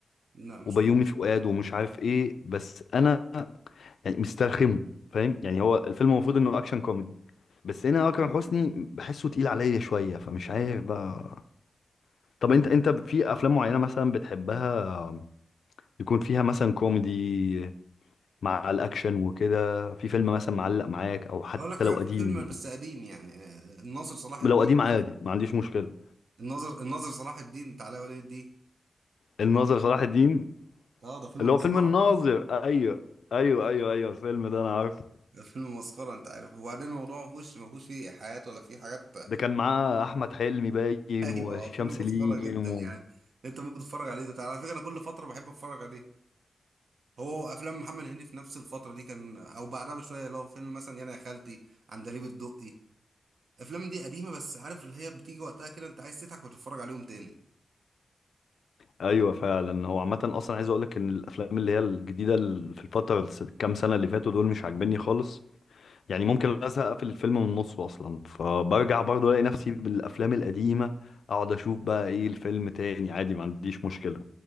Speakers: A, on the right; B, on the left.
A: لا مش
B: وبيومي
A: شفته.
B: فؤاد ومش عارف ايه بس انا يعني مسترخمه فاهم يعني هو الفيلم المفروض انه اكشن كوميدي بس هنا اكرم حسني بحسه تقيل عليا شويه فمش عارف بقى طب انت انت في افلام معينه مثلا بتحبها يكون فيها مثلا كوميدي مع الاكشن وكده في فيلم مثلا معلق معاك او حتى
A: اقول لك حاجة
B: لو
A: في
B: قديم
A: فيلم بس قديم يعني آه، الناصر صلاح الدين
B: لو قديم عادي ما عنديش مشكله
A: الناظر الناظر صلاح الدين بتاع علاء ولي الدين
B: الناظر صلاح الدين
A: اه ده فيلم
B: اللي هو
A: مسخره
B: فيلم الناظر ايوه ايوه ايوه ايوه الفيلم ده انا عارفه
A: ده فيلم مسخره انت عارف وبعدين الموضوع ما فيهوش ما فيهوش فيه حياة ولا فيه حاجات
B: ده كان معاه احمد حلمي باين
A: <laughs> ايوه
B: وهشام
A: هو فيلم
B: سليم
A: مسخره جدا
B: و...
A: يعني انت ممكن تتفرج عليه ده على فكره انا كل فتره بحب اتفرج عليه هو افلام محمد هنيدي في نفس الفتره دي كان او بعدها بشويه اللي هو فيلم مثلا يانا يا خالتي عندليب الدقي الافلام دي قديمه بس عارف اللي هي بتيجي وقتها كده انت عايز تضحك وتتفرج عليهم تاني
B: ايوه فعلا هو عامه اصلا عايز اقول لك ان الافلام اللي هي الجديده ال- في الفتره الس- كام سنه اللي فاتوا دول مش عاجبني خالص يعني ممكن ازهق اقفل الفيلم من نصه اصلا فبرجع برضه الاقي نفسي بالافلام القديمه اقعد اشوف بقى ايه الفيلم تاني عادي ما عنديش مشكله